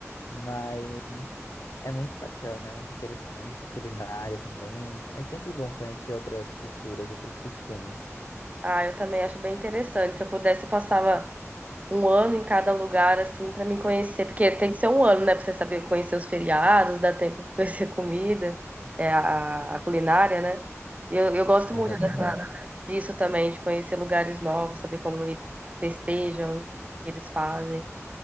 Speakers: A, on the left; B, on the right.
A: Mas é muito bacana, é muito interessante, a culinária também. É sempre bom conhecer outras culturas, outros costumes.
B: Ah, eu também acho bem interessante. Se eu pudesse, eu passava um ano em cada lugar, assim, pra me conhecer. Porque tem que ser um ano, né? Pra você saber conhecer os feriados, dar tempo de <laughs> conhecer a comida, é, a, a culinária, né? E eu, eu gosto muito
A: Exatamente.
B: dessa, disso também, de conhecer lugares novos, saber como eles festejam, o que eles fazem.